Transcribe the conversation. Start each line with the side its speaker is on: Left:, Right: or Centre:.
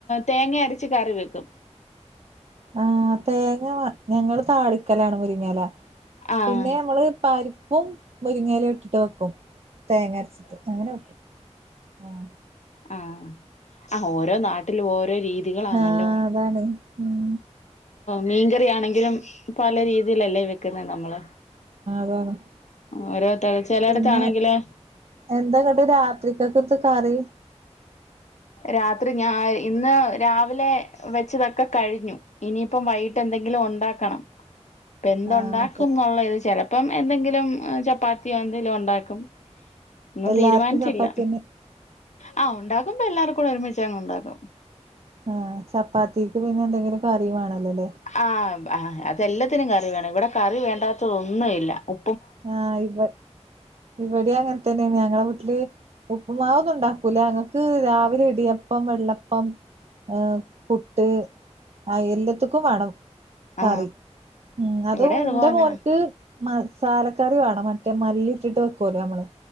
Left: തേങ്ങഅരച്ച് കറിവെക്കും
Right: ആ തേങ്ങ ഞങ്ങള് താളിക്കലാണ് മുരിങ്ങല
Left: ആഹ്
Right: പിന്നെ നമ്മള് പരിപ്പും മുരിങ്ങയില ഇട്ടിട്ട് വെക്കും തേങ്ങ അരച്ചിട്ട് അങ്ങനെവെക്കും ആ
Left: ആ ആ ഓരോ നാട്ടിലും ഓരോ രീതികളാണല്ലോ
Right: ആ അതാണ് ഉം
Left: മീൻകറിയണെങ്കിലും പല രീതിയിലല്ലേ വെക്കുന്നത് നമ്മള്
Right: <unintelligible>
Left: ഓരോരുത്തര് ചെലയിടത്താണെങ്കില്
Right: പിന്നെ എന്താ ങ്ങട്ട് രാത്രിക്കൊക്കെ കറി
Left: രാത്രി ഞാ ഇന്ന് രാവിലെ വെച്ചതൊക്കെ കഴിഞ്ഞു ഇനിയിപ്പം വൈകിട്ട് എന്തെങ്കിലും ഉണ്ടാക്കണം ഇപ്പ എന്തുണ്ടാക്കും
Right: ആഹ് ശരി
Left: എന്നുള്ള ഇത് ചിലപ്പോ അപ്പം എന്തെങ്കിലും ചപ്പാത്തിയോ എന്തെലും ഉണ്ടാക്കും ഒന്നും
Right: എല്ലാർക്കും
Left: തീരുമാനിച്ചില്ല
Right: ചപ്പാത്തി തന്നെ
Left: ആ ഉണ്ടാക്കുമ്പോ എല്ലാർക്കും കൂടി ഒരുമിച്ച അങ്ങ് ഉണ്ടാക്കും
Right: ആ ചപ്പാത്തിക്ക് പിന്നെ എന്തെങ്കിലും കറി വേണല്ലോല്ലേ
Left: ആ ആ അതല്ലാ ത്തിനും കറി വേണം ഇവിടെ കറി വേണ്ടാത്തതൊന്നും ഇല്ല ഉ
Right: ആ ഇവി ഇവിടെ അങ്ങനെ തന്നെയാണ് ഞങ്ങള വീട്ടില് ഉപ്പ്മാവൊന്നും ഉണ്ടാക്കൂല അങ്ങക്ക് രാവിലെ ഇടിയപ്പം വെള്ളപ്പം ഏ പുട്ട് എല്ലത്തക്കും വേണം
Left: ആ
Right: കറി ഉം അത്
Left: ഇവിടെ അതുപോലെ
Right: എന്റെ മോനിക്ക് മ സാലക്കറി വേണം മറ്റേ മല്ലി ഇട്ടിട്ട് വെക്കല്ലോ നമ്മള്